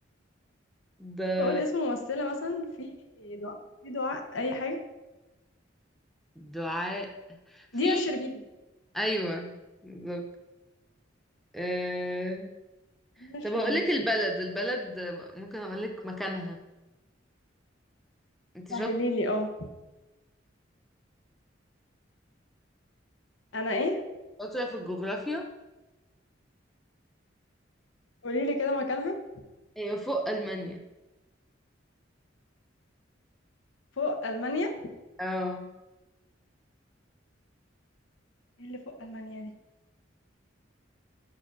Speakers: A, in the centre; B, on the left.
A: ده
B: ممكن اقول اسم ممثلة مثلا في دعاء في دعاء اي حاجة
A: دعاء في
B: دينا الشربيني
A: ايوه بالظبط أه...
B: دينا الشربيني
A: طب هقولك البلد البلد ممكن أقولك مكانها انت
B: سهليلي
A: شاط-
B: اه انا ايه
A: شاطرة في الجغرافيا
B: قوليلي كده مكانها
A: هي فوق المانيا
B: فوق ألمانيا
A: اه
B: ايه اللي فوق المانيا دي